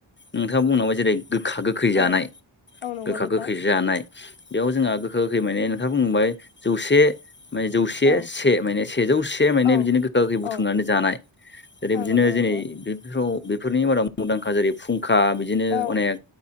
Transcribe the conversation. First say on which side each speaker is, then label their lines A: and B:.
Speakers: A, on the left (about 25°); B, on the left (about 70°).
A: नोंथाङा बुंलांबाय जेरै गोखा-गोखै जानाय
B: औ औ नंगौ
A: गोखा
B: नोंथां
A: गोखै जानाय। बेयाव जोंहा गोखा-गोखै माने नोंथाङा बुंबाय जौसे माने जौसे
B: औ
A: से माने सेजौसे माने
B: औ
A: बिदिनो गो खा-गोखै बुथुमनानै
B: औ
A: जानाय जेरै
B: औ
A: बिदिनो
B: नंगौ नोंथां
A: जेरै बेफोराव बेफोरनि माराव मुंदांखा जेरै फुं खा बिदिनो
B: औ
A: अनेक